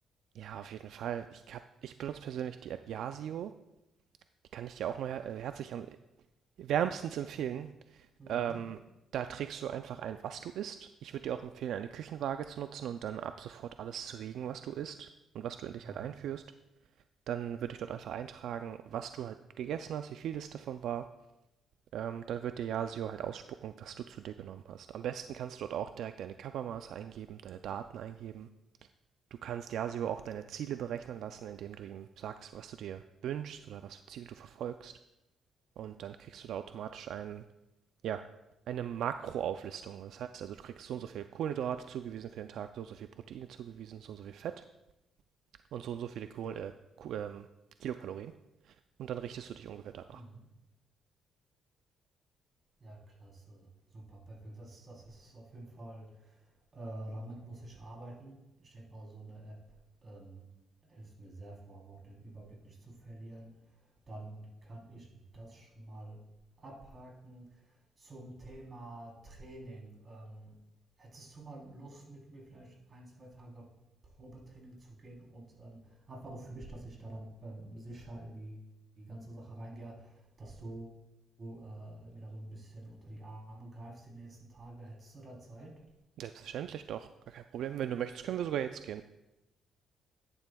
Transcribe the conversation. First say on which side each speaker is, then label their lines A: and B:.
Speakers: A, on the right; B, on the right.
A: ja, auf jeden Fall. Ich, hab, ich benutze persönlich die App Yasio. Die kann ich dir auch mal her äh, herzlich an, wärmstens empfehlen.
B: Mhm.
A: Ähm, da trägst du einfach ein, was du isst. Ich würde dir auch empfehlen, eine Küchenwaage zu nutzen und dann ab sofort alles zu wiegen, was du isst und was du in dich
B: Ja.
A: halt einführst. Dann würde ich dort einfach eintragen, was du halt gegessen hast, wie viel das davon war. Ähm, dann wird dir Yasio halt ausspucken, was du zu dir genommen hast. Am besten kannst du dort auch direkt deine Körpermaße eingeben, deine Daten eingeben. Du kannst Yasio auch deine Ziele berechnen lassen, indem du ihm sagst, was du dir wünschst oder was für Ziele du verfolgst. Und dann kriegst du da automatisch einen ja, eine Makroauflistung. Das heißt also, du kriegst so und so viel Kohlenhydrate zugewiesen für den Tag, so und so viel Proteine zugewiesen, so und so viel Fett und so und so viele Kohlen, äh, ähm, Kilokalorien. Und dann richtest du dich ungefähr danach.
B: Mhm. Ja, klasse. Super, perfekt. Das, das ist auf jeden Fall, äh, damit muss ich arbeiten. Ich denke mal, so eine App ähm, hilft mir sehr, vor allem auch den Überblick nicht zu verlieren. Dann kann ich das schon mal abhaken. Zum Thema Training. Ähm, hättest du mal Lust, mit mir vielleicht ein, zwei Tage Probetraining zu gehen und ähm, einfach nur für mich, dass ich da dann ähm, sicher in die, die ganze Sache reingehe, dass du äh, mir da so ein bisschen unter die Arme greifst die nächsten Tage? Hättest du da Zeit?
A: Selbstverständlich doch, gar kein Problem. Wenn du möchtest, können wir sogar jetzt gehen.